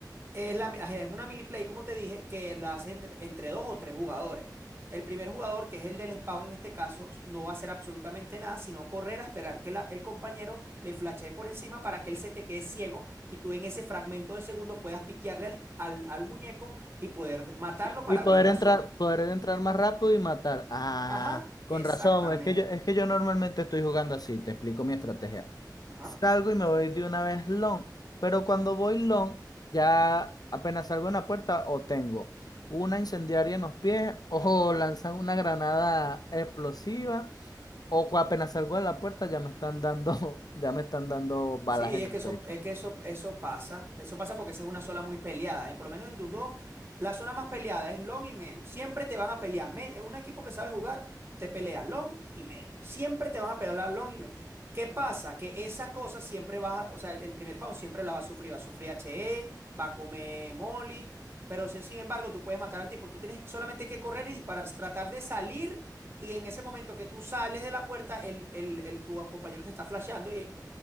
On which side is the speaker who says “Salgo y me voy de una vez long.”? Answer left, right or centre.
Left